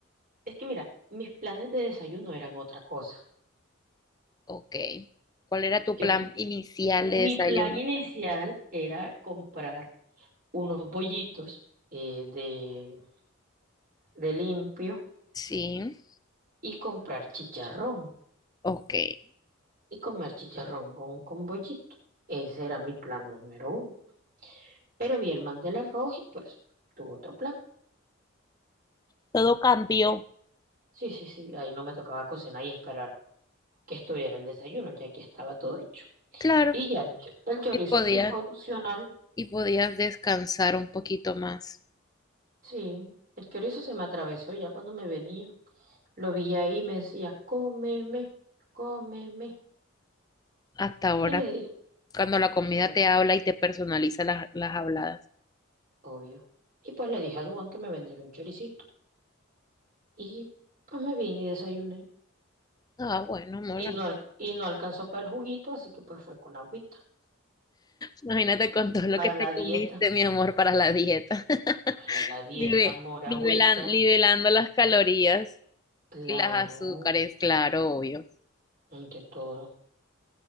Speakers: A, on the right; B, on the left.
A: es que mira, mis planes de desayuno eran otra cosa.
B: Ok. ¿Cuál era tu plan
A: Yo ten-
B: inicial de desayuno?
A: mi plan inicial era comprar unos bollitos eh, de, de limpio
B: Sí,
A: y comprar chicharrón
B: ok.
A: y comer chicharrón con, con bollito. Ese era mi plan número uno. Pero vi el Mandela rojo y pues tuvo otro plan.
B: Todo cambió.
A: Sí, sí, sí, ahí no me tocaba cocinar y esperar que estuviera el desayuno, ya que estaba todo hecho.
B: Claro,
A: Y ya el, cho- el chorizo
B: y podías
A: sí fue opcional,
B: y podías descansar un poquito más
A: sí, el chorizo se me atravesó y ya cuando me venía, lo vi ahí y me decía, cómeme, cómeme.
B: hasta ahora,
A: Y le dije,
B: cuando la comida
A: es que a mí,
B: te habla y te personaliza las, las habladas.
A: obvio. Y pues le dije a Dubán que me vendiera un choricito. Y pues me vine y desayuné.
B: Ah, bueno, amor.
A: Y no, al- y no alcanzó para el juguito, así que pues fue con agüita,
B: Imagínate con todo lo
A: para
B: que te
A: la dieta.
B: comiste, mi amor, para la dieta. <laughs>
A: para la dieta
B: Nive-
A: moragüita,
B: nivelan- nivelando las calorías
A: claro,
B: y las azúcares, claro, obvio.
A: ante todo.